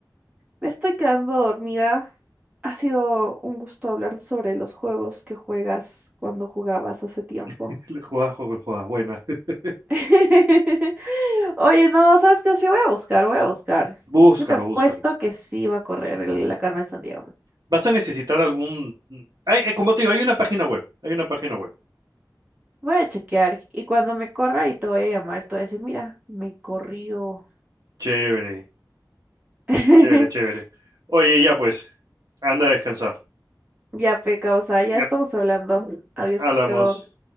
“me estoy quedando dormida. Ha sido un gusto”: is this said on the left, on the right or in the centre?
Right